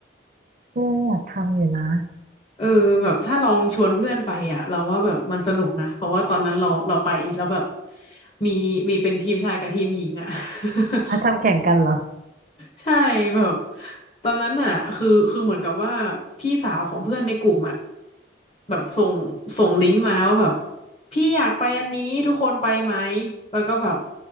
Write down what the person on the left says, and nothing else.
เออแบบถ้าลองชวนเพื่อนไปอ่ะเราว่าแบบมันสนุกนะเพราะว่าตอนนั้นเราเราไปแล้วแบบมีมีเป็นทีมชายกับทีมหญิงอ่ะ <laughs>
ใช่แบบตอนนั้นน่ะคือคือเหมือนกับว่าพี่สาวของเพื่อนในกลุ่มอ่ะแบบส่งส่งลิงก์มาว่าแบบพี่อยากไปอันนี้ทุกคนไปไหมแล้วก็แบบ